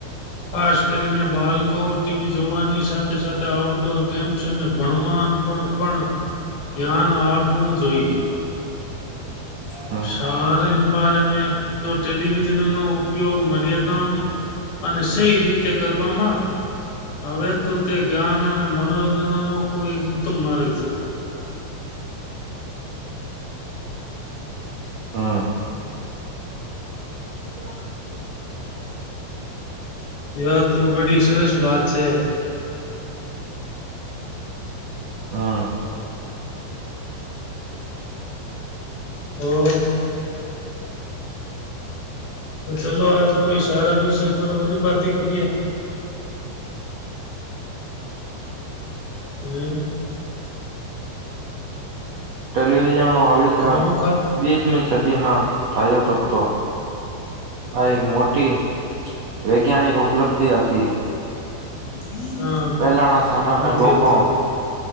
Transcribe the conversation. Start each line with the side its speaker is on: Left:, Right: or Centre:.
Left: ખાસ કરીને બાળકો ટીવી જોવાની સાથે સાથે આઉટડોર ગેમ્સને ભણવા પણ ધ્યાન આપવું જોઈએ.
Right: હમ
Left: સારીન બારમાં જો ટેલિવિઝન ન ઉપયોગ મર્યાદામાં અને સહી રીતે કરવામાં આવે તો તે જ્ઞાન અને મનોરંજનનો કોઈ એક ઉત્તમ માર્ગ છે.
Right: હમ
Left: હમ્મ
Right: <inaudible>
Left: ત્યાં તો બડી સરસ વાત છે.
Right: <inaudible> હા
Left: હોયે તો ચલો આજ કોઈ સારા વિષય પર ઓરી બાતી કરીએ. હમ્મ
Right: ટેલીવિઝન. નો અવિષ્કાર
Left: ખાનો ખાત
Right: બીસમી સદીમાં થયો હતો. હા એક મોટી. વૈજ્ઞાાનિક ઉપલબ્ધિ હતી.
Left: <inaudible> હા
Right: પહેલાના સમયમાં
Left: હતી
Right: લોકો.
Left: હતી